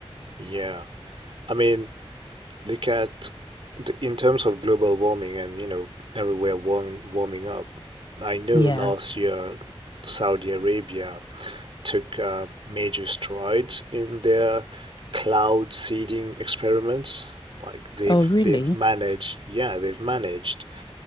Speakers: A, on the right; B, on the left.
A: Yeah. I mean, look at the, in terms of global warming and, you know, everywhere warm, warming up. I know
B: Yeah.
A: last year, Saudi Arabia took uh, major strides in their cloud seeding experiments. Like they've
B: Oh, really?
A: they've managed, yeah, they've managed